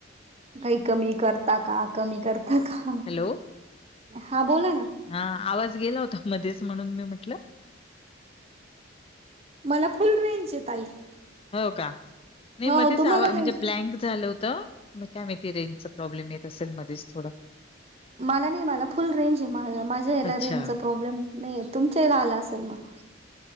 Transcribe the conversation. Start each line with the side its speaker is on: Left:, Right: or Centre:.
Right: काही कमी करता का कमी करता का
Left: हॅलो
Right: हा बोला ना
Left: हा आवाज गेला होता मध्येच म्हणून मी म्हटलं
Right: मला फुल रेंज आहे ताई
Left: हो का नाही
Right: हो
Left: मध्येच
Right: तुम्हाला
Left: म्हणजे
Right: रेंज
Left: ब्लँक झालं होतं. मग काय माहिती रेंजचा प्रॉब्लेम येत असेल मध्येच थोडा
Right: मला नाही मला फुल रेंज आहे मा माझ्या याला
Left: अच्छा
Right: रेंजचा प्रॉब्लेम नाही येत. तुमच्याला आला असेल मग